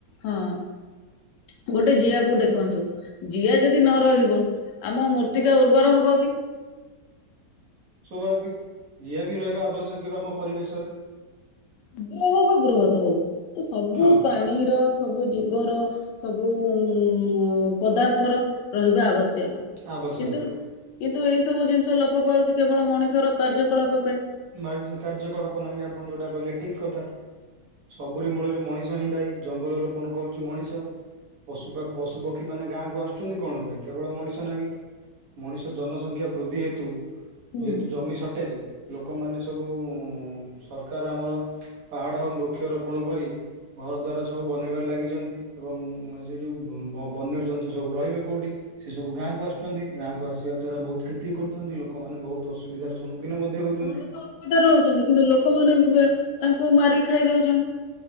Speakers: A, on the left; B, on the right.
A: ହଁ ଚୁଁ ଗୋଟେ ଜିଆକୁ ଦେଖନ୍ତୁ ଜିଆ ଯଦି ନ ରହିବ ଆମ ମୂର୍ତ୍ତିକା ଉର୍ବର ହବ କି
B: ସ୍ୱାଭାବିକ ଜିଆ ବି ରହିବା ଆବଶ୍ୟକ ଆମ ପରିବେଶରେ
A: ଗ୍ରୋହ ବା ଗୃହତ ହଉ ତ ସବୁ
B: ହଁ
A: ପ୍ରାଣୀର ସବୁ ଜୀବର ସବୁ ଉଁ ପଦାର୍ଥର ରହିବା ଆବଶ୍ୟକ
B: ଆବଶ୍ୟକୀୟ
A: କିନ୍ତୁ କିନ୍ତୁ ଏଇ ସବୁ ଜିନିଷ ଲୋପ ପାଉଛି କେବଳ ମଣିଷର କାର୍ଯ୍ୟକଳାପ ପାଇଁ।
B: ମାଉସୀ କାର୍ଯ୍ୟକଳାପ ନାହିଁ ଆପଣ ଯୋଉଟା କହିଲେ ଠିକ କଥା। ସବୁରି ମୂଳ ମଣିଷ ହିଁ ଦାଇ ଜଙ୍ଗଲ ରୋପଣ କରୁଛି ମଣିଷ। ପଶୁ ବା ପଶୁ ପକ୍ଷୀ ମାନେ ଗାଁକୁ ଆସୁ ଛନ୍ତି କଣ ପାଇଁ କେବଳ ମଣିଷ ଲାଗି। ମଣିଷ ଜନସଂଖ୍ୟା ବୃଦ୍ଧି ହେତୁ
A: ହୁଁ
B: ଯେହେତୁ, ଜମି ସଟେଜ ଲୋକମାନେ ସବୁ ସରକାର ଆମର ପାହାଡ଼ ବୃକ୍ଷରୋପଣ କରି ଘର ଦ୍ୱାରା ସବୁ ବନାଇବାରେ ଲାଗିଛନ୍ତି। ଏବଂ ସେ ଯଉ ବ ବନ୍ୟଜନ୍ତୁ ସବୁ ରହିବେ କଉଠି। ସେ ସବୁ ଗାଁକୁ ଆସୁଛନ୍ତି। ଗାଁକୁ ଆସିବା ଦ୍ଵାରା ବହୁତ କ୍ଷତି କରୁଛନ୍ତି। ଲୋକମାନେ ବହୁତ ଅସୁବିଧାର ସମ୍ମୁଖୀନ ଦିନ ମଧ୍ୟ ହଉଛି
A: ଲୋକମାନେ ତ ଅସୁବିଧାରେ ରହୁଛନ୍ତି। କିନ୍ତୁ ଲୋକମାନ ଙ୍କୁ ବି ତାଙ୍କୁ ମାରି ଖାଇ ଦଉଛନ୍ତି,